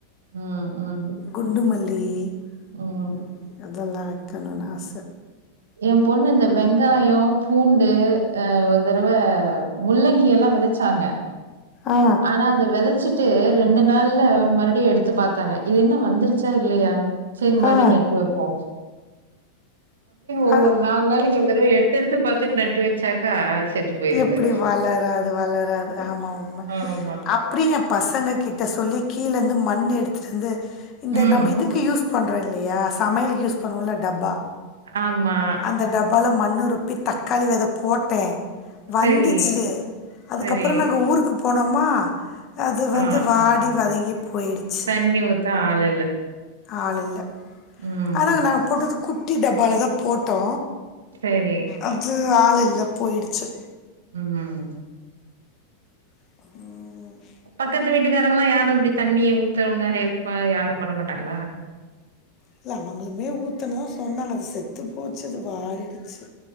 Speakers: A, on the right; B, on the left.
A: ம் ம்
B: குண்டுமல்லி டீ
A: ம்
B: அதெல்லா வக்கணும்னு ஆச
A: எ பொண்ணு இந்த வெங்காயோ பூண் உஆ ஒரு தரவ முள்ளங்கி எல்லா வெதச்சாங்க
B: ஆ
A: ஆனா அத வெதச்சிட்டு ரெண்டு நாள்ல மறுடியு எடுத்து பாத்தாங்க இது என்ன வந்துருச்சா இல்லையா சரி மடி
B: ஆ
A: நட்டு வெப்போ ஒவ்வொரு
B: அ
A: நாள் நாளைக்கு இந்த தடவ எடுத்து எடுத்து பாத்துட்டு நட்டு வச்சாக்கா செத்து போயிருது.
B: எப்டி வளராது வளராது ஆமா உண்ம
A: ஆமா.
B: அப்டி எ பசங்க கிட்ட சொல்லி கீழ இருந்து மண்ணு எடுத்துட்டு வந்து இந்த
A: ம்.
B: நம்ம இதுக்கு யூஸ் பண்றோ இல்லயா சமையலுக்கு யூஸ் பண்ணுவோல டப்பா
A: ஆமா.
B: அந்த டப்பால மண்ணு திருப்பி தக்காளி வெத போட்டே வந்துச்சு
A: சரி,
B: அதுக்கப்புற
A: சரி.
B: நாங்க ஊருக்கு போனோமா அது வந்து
A: ஆ,
B: வாடி
A: ஆ.
B: வதங்கி போயிடுச்சு
A: தண்ணி ஊத்த ஆள் இல்ல.
B: ஆளில்ல
A: ம்.
B: ஆனங்க நாங்க போட்டது கு குட்டி டப்பால தா போட்டோ
A: சரி.
B: அது ஆள் இல்ல போயிடு ச
A: உம்
B: உ <inaudible>
A: பக்கத்து வீட்டுக்காரங்கல்லா யாரும் இப்டி தண்ணிய ஊத்துறவங்க ஹெல்ப் யாரு பண்ண மாட்டாங்ளா
B: இல்ல அவுங்களுமே ஊத்தனு சொன்னாங்க அது செத்து போச்சு அது வாடிடுச்சு